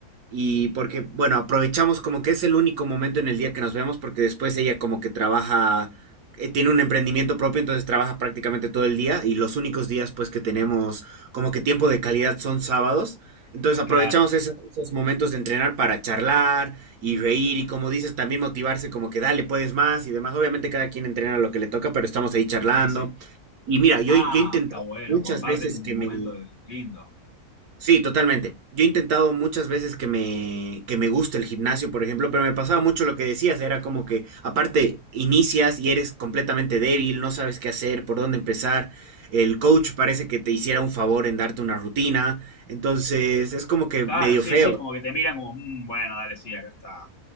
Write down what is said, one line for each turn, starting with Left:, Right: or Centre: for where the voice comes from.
Right: y porque, bueno, aprovechamos como que es el único momento en el día que nos vemos porque después ella como que trabaja, eh, tiene un emprendimiento propio, entonces trabaja prácticamente todo el día y los únicos días pues que tenemos como que tiempo de calidad son sábados. Entonces aprovechamos
Left: Claro,
Right: esos, esos momentos de entrenar para charlar y reír y como dices, también motivarse como que dale, puedes más y demás. Obviamente cada quien entrena lo que le toca, pero estamos ahí charlando.
Left: sí, sí.
Right: Y mira, yo,
Left: Ah,
Right: yo intenté
Left: está bueno,
Right: muchas
Left: comparten
Right: veces
Left: un
Right: que me,
Left: momento lindo.
Right: Sí, totalmente. Yo he intentado muchas veces que me, que me guste el gimnasio, por ejemplo, pero me pasaba mucho lo que decías, era como que aparte inicias y eres completamente débil, no sabes qué hacer, por dónde empezar, el coach parece que te hiciera un favor en darte una rutina, entonces es como que
Left: Claro,
Right: medio
Left: sí,
Right: feo.
Left: sí, es como que te miran como, "Mm, bueno, dale, sí, acá está.